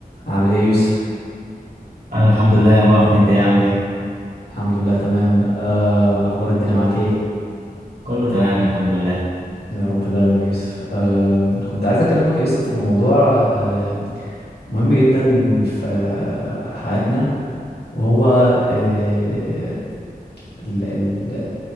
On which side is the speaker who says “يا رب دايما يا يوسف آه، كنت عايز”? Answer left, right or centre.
Left